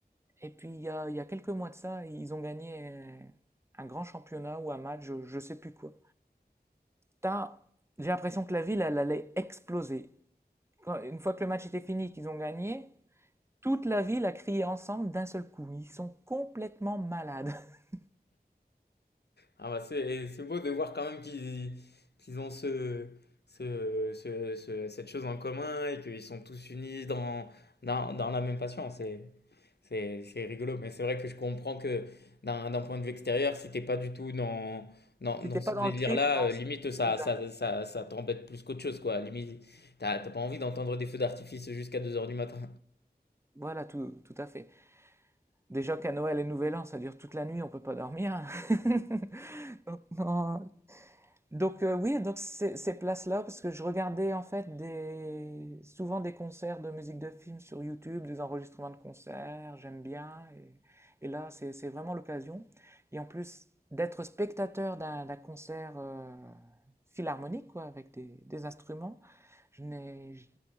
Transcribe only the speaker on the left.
Ah bah c'est c'est beau de voir quand même qu'ils qu'ils ont ce, ce, ce- ce- cette chose en commun et qu'ils sont tous unis dans, dans, dans la même passion. C'est, c'est, c'est rigolo. Mais c'est vrai que je comprends que d'un, d'un point de vue extérieur, si t'es pas du tout dans, dans,
dans ce
délire-là,
euh,
limite ça,
ça, ça, ça t'embête plus qu'autre chose, quoi. Limite, t'as t'as pas envie d'entendre des feux d'artifice jusqu'à deux heures du matin.